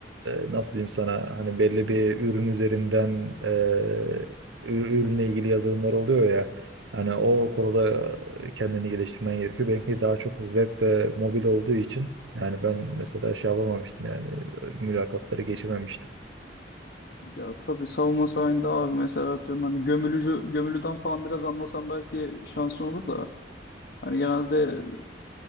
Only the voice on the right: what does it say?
e, nasıl diyeyim sana hani belli bir ürün üzerinden e, ür- ürünle ilgili yazılımlar oluyor ya hani o konuda kendini geliştirmen gerekiyor. Benimki daha çok web ve mobil olduğu için yani ben mesela şey yapamamıştım yani mülakatları geçememiştim.